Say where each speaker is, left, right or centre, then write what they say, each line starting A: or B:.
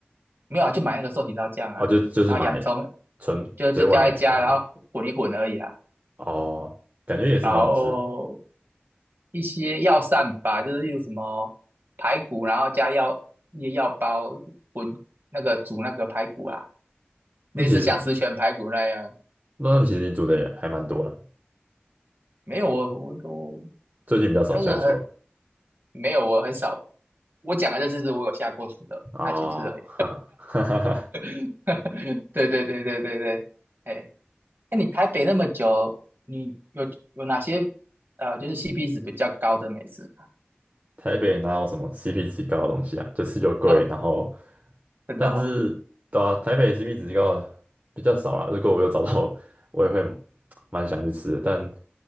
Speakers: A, on the right; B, on the right.
A: 没有啊，就买那个寿喜烧酱啊，
B: 哦，就就是买
A: 然后洋葱
B: 纯嘴外啊，
A: 就就加一加，然后混一混而已啊。
B: 哦，感觉也是蛮好吃的。
A: 然后一些药膳吧，就是例如什么排骨，然后加药一些药包滚那个煮那个排骨啊，类似像十全排骨那样。
B: 那其实那其实你煮的也还蛮多了，
A: 没有我我我
B: 最近比较少下厨啊，
A: 那个很没有我很少，我讲的这次是我有下过厨的那几次而已。
B: 啊，<laughs> 哈哈哈哈。
A: <laughs> 对对对对对对，哎，那你台北那么久，你有有哪些呃就是 CP 值比较高的美食？
B: 台北哪有什么 CP 值高的东西啊？就吃就贵，
A: 呃
B: 然后，
A: 真的哦，
B: 但是对啊，台北 CP 值高的比较少啦。如果我有找到，我也会蛮想去吃的，但